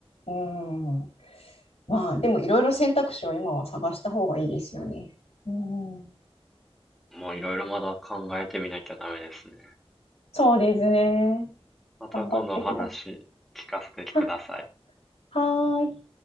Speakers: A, on the left (about 85°); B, in the centre.
A: うん。まあ、でもいろいろ選択肢を今は探した方がいいですよね。うん。
B: まあいろいろまだ考えてみなきゃダメですね。
A: そうですね。
B: また今度お話聞かせてください。
A: 頑張ってください。<laughs> は、はーい。